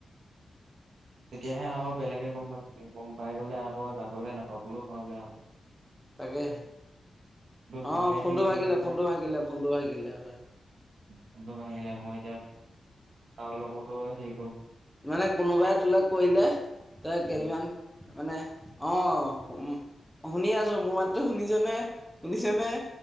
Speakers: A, on the right; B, in the centre.
A: তেতিয়াহে আক বেলেগে গম নাপ গম পাই গ'লে আক যাবলে নাপাবলেও পাওঁগে আও
B: তাকে।
A: ভাঙিলে
B: অ ফোনটো
A: বুলি কৈ
B: ভাগিলে
A: লৈ পেলাই
B: ফোনটো ভাগিলে ফোনটো ভাগিলে হয়।
A: ফোনটো ভাঙিলে, মই এতিয়া কাৰো লগতো সেই
B: মানে কোনোবাই তোলে কৰিলে তই
A: উম,
B: কেইদিনমান মানে অঁ শুনি আছোঁ। মোৰ মাতটো শুনিছেনে? শুনিছেনে?